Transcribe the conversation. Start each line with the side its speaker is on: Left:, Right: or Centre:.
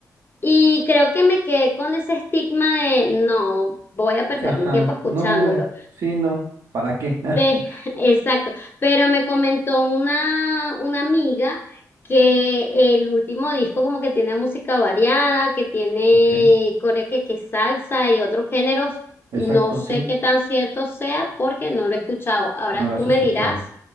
Left: Y creo que me quedé con ese estigma de no, voy a perder
Right: Ajá,
Left: mi tiempo escuchándolo.
Right: no, sí, no, ¿para qué? <laughs>
Left: Pe- <laughs> exacto, pero me comentó una, una amiga que el último disco como que tiene música variada, que tiene
Right: Ok,
Left: core- que que salsa y otros géneros, no
Right: exacto,
Left: sé
Right: sí,
Left: qué tan cierto sea porque no lo he escuchado. Ahora
Right: no la
Left: tú
Right: has
Left: me
Right: escuchado.
Left: dirás,